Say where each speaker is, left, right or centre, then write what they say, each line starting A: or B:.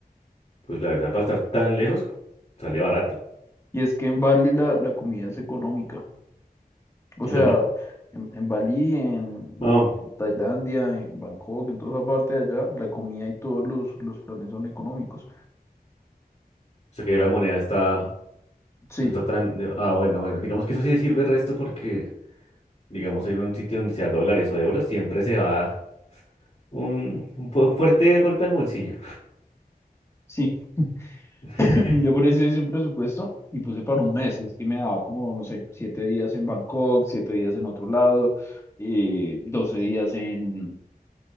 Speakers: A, on the left; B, on the left.
A: Pues la verdad, para estar tan lejos, sale barato.
B: Y es que en Bali la, la comida es económica. O
A: ¿En
B: sea,
A: dónde?
B: en, en Bali, en
A: No, o
B: Tailandia, en Bangkok, en toda esa parte de allá, la comida y todos los, los planes son económicos.
A: sea que la moneda está,
B: Sí,
A: no está tan, de- ah, bueno, bueno, digamos que eso sí sirve el resto porque, digamos, ir a un sitio donde sea dólares o euros, siempre se va. Un, un fu- fuerte golpe al bolsillo.
B: sí.
A: <laughs>
B: <clears throat> Yo por eso hice un presupuesto y puse para un mes. Y es que me daba como, no sé, siete días en Bangkok, siete días en otro lado, eh, 12 días en,